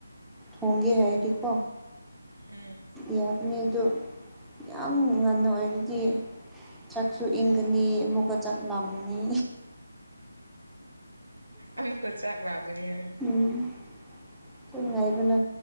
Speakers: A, in the centre; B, on the right (about 85°).
A: ꯍꯣꯡꯒꯦ ꯍꯥꯏꯔꯗꯤꯀꯣ
B: ꯎꯝ
A: ꯌꯥꯕꯅꯤ ꯑꯗꫭ ꯌꯥꯝ ꯉꯟꯅ ꯑꯣꯏꯔꯗꯤ ꯆꯥꯛꯁꯨ ꯏꯪꯒꯅꯤ ꯑꯃꯨꯛꯀ ꯆꯥꯛ ꯂꯥꯝꯒꯅꯤ
B: ꯑꯃꯨꯛꯀ ꯆꯥꯛ ꯂꯝꯒꯅꯤ ꯍꯥꯏ
A: ꯎꯝ ꯑꯗꯨ ꯉꯥꯏꯕꯅ